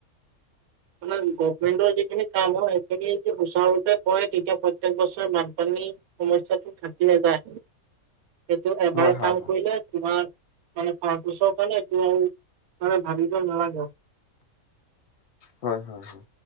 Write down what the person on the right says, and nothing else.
মানে, গভমেন্টৰ যিখিনি কাম হয়, সেইখিনি যদি সুচাৰুৰূপে কৰে তেতিয়া প্ৰত্যেক বছৰে বানপানী সমস্যাটো থাকি নাযায়, সেইটো এবাৰ
কাম
কৰিলে তোমাৰ মানে তাৰ পিছৰ কাৰণে এইটো আৰু মানে ভাগিব নালাগে আও